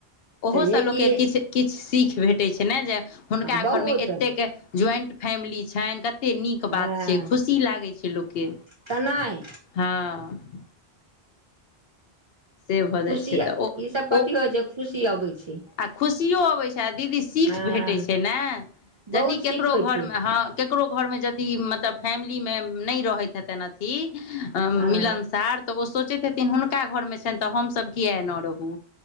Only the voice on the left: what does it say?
ओहोसँ
लोककेँ
किछ किछ सीख भेटैत छै ने जे हुनका
घरमे एतेक ज्वइंट फैमिली छैन कतेक नीक
बात छै खुशी लागै छै लोकके
हँऽ से भऽ
जाइ छै तऽ ओ
ओ
आ खुशियो अबै छै आ दीदी सीख
भेटै छै ने
यदि ककरो
घरमे
हँ केकरो घरमे जदि मतलब फैमिलीमे नै रहैत हेतैन अथी
मिलनसार तऽ ओ सोचैत हेथिन हुनका घर मे छैन तऽ हमसभ किया एना रहू